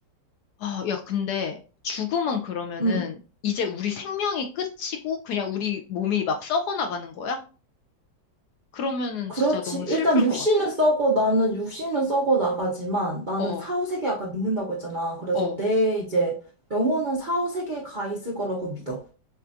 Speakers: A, on the left; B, on the right.
A: 아, 야, 근데 죽음은 그러면은
B: 음,
A: 이제 우리 생명이 끝이고 그냥 우리 몸이 막 썩어 나가는 거야? 그러면은
B: 그렇지.
A: 진짜 너무
B: 일단,
A: 슬플
B: 육신은
A: 것 같아.
B: 썩어, 나는 육신은 썩어 나가지만, 나는
A: 어,
B: 사후세계 아까 믿는다고 했잖아. 그래서
A: 어,
B: 내, 이제, 영혼은 사후세계에 가 있을 거라고 믿어.